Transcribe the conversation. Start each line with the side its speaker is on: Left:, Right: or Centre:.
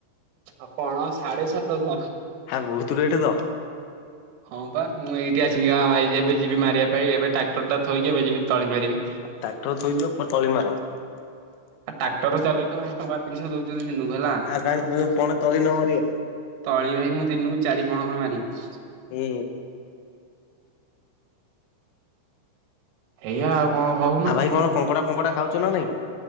Right: ଆଉ ପଣ ସାଢେ ସାତଶହ।
Left: ଆ ବହୁତ ରେଟେ ତ!
Right: ହଁ ବା ମୁଁ ଏଇଠି ଆସିକି ଆମ ଏଇ ଏବେ ଯିବି ମାରିବା ପାଇଁ ଏବେ ଟ୍ରାକ୍ଟରଟା ଥୋଇକି ଏବେ ଯିବି ତଳି ମାରିବି।
Left: ଆ ଟ୍ରାଟର ଥୋଇ ଦିଅ ପ ତଳି ମାର।
Right: ଆଉ ଟ୍ରାକ୍ଟର ଚଲେଇଲେ ଭାଇ ଟଙ୍କା ତିନିଶହ ଦଉଛନ୍ତି ଦିନୁକୁ ହେଲା
Left: ଆଉ କାହିଁ ପଣେ ତଳି ନ ମାରିବ
Right: ତଳି ଭାଇ ମୁଁ ଦିନୁକୁ ଚାରିପଣ ଖଣ୍ଡେ ମାରିବି।
Left: ହୁଁ।
Right: ହେଇଆ ଆଉ ହଁ ହଉ।
Left: ଆଉ ଭାଇ କଣ କଙ୍କଡା ଫଙ୍କଡା ଖାଉଛ ନା ନାଇଁ?